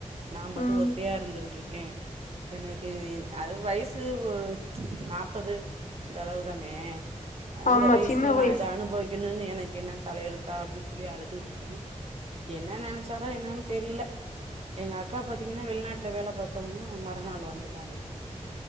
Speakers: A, on the right (about 55°); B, on the left (about 85°).
A: நா மட்டு
B: ம்
A: ஒத்தையா இருந்துகுட்ருக்கேன் எனக்கு அது வயசு ஒ நாப்பது இந்த அளவு தானே அந்த
B: ஆமா
A: வயசுல
B: சின்ன
A: நா
B: வயசு
A: இத அனுபவிக் கனுனு எனக்கு என்ன தலையெழுத்தா அப்டின் சொல்லி அழுதுகுட்ருக்கேன் என்ன நெனச்சாரோ என்னனு தெரில எங்க அக்கா பாத்தீங்கன்னா வெளிநாட்ல வேல பாத்தவங்க மறுநாள் வந்துட்டாங்க